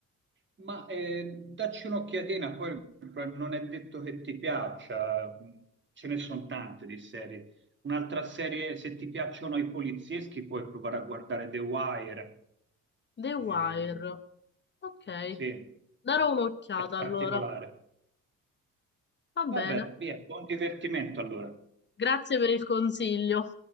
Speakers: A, on the right; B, on the left.
A: Ma eh, dacci un'occhiatina, poi pro- non è detto che ti piaccia, mh, ce ne sono tante di serie. Un'altra serie, se ti piacciono i polizieschi, puoi provare a guardare The Wire.
B: The
A: Ehm,
B: Wire. Ok,
A: sì,
B: darò un'occhiata
A: è particolare.
B: allora. Va
A: Vabbè,
B: bene,
A: via, buon divertimento allora.
B: grazie per il consiglio.